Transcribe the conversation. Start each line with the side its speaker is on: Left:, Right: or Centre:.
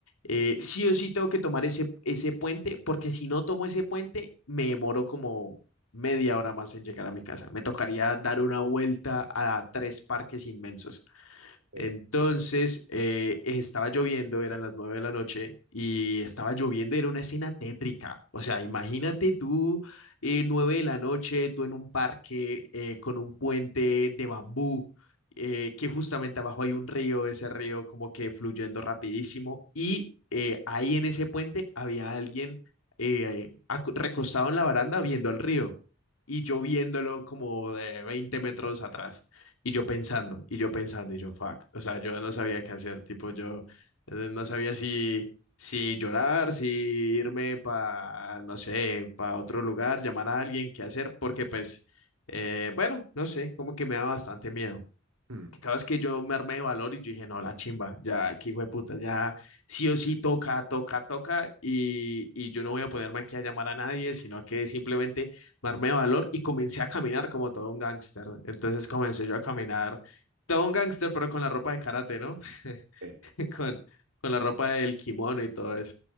Left: Eh, sí o sí tengo que tomar ese, ese puente, porque si no tomo ese puente, me demoro como media hora más en llegar a mi casa. Me tocaría dar una vuelta a tres parques inmensos.
Right: Sí.
Left: Entonces, eh, estaba lloviendo, eran las nueve de la noche y estaba lloviendo, era una escena tétrica. O sea, imagínate tú, eh, nueve de la noche, tú en un parque eh, con un puente de bambú, eh, que justamente abajo hay un río, ese río como que fluyendo rapidísimo y eh, ahí en ese puente había alguien eh, acu- recostado en la baranda viendo al río y yo viéndolo como de 20 metros atrás. Y yo pensando, y yo pensando, y yo, fuck. O sea, yo no sabía qué hacer, tipo, yo eh, no sabía si, si llorar, si irme para, no sé, para otro lugar, llamar a alguien, qué hacer, porque pues, eh, bueno, no sé, como que me da bastante miedo
Right: Hmm.
Left: cada vez que yo me armé de valor y yo dije, no, la chimba, ya, aquí hijo de puta, ya sí o sí toca, toca, toca, y, y yo no voy a ponerme aquí a llamar a nadie, sino que simplemente me armé de valor y comencé a caminar como todo un gángster. Entonces comencé yo a caminar, todo un gángster, pero con la ropa de karate, ¿no? <laughs>
Right: Sí.
Left: Con, con la ropa del kimono y todo eso.